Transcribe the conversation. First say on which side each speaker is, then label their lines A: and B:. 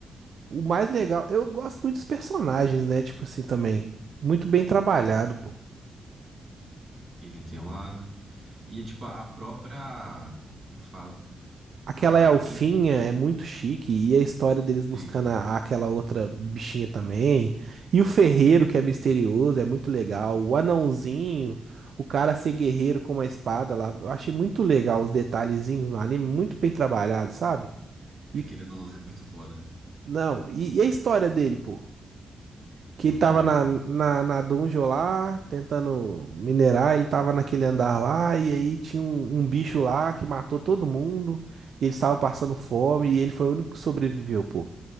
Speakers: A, on the right; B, on the right.
A: o mais legal, eu gosto muito dos personagens, né? Tipo assim, também. Muito bem trabalhado, pô.
B: Ele tem uma. E é tipo a própria. Como é que fala?
A: Aquela
B: A,
A: elfinha
B: a quem.
A: é muito chique, e a história deles
B: Sim.
A: buscando a- aquela outra bichinha também. E o ferreiro, que é misterioso, é muito legal. O anãozinho, o cara ser guerreiro com uma espada lá. Eu achei muito legal os detalhezinhos no anime, muito bem trabalhado, sabe?
B: Aquele
A: E,
B: não é muito foda.
A: não, e, e a história dele, pô? Que
B: É muito
A: ele tava
B: louco.
A: na, na, na dungeon lá, tentando minerar, ele tava naquele andar lá, e aí tinha um, um bicho lá que matou todo mundo, e eles estavam passando fome, e ele foi o único que sobreviveu, pô.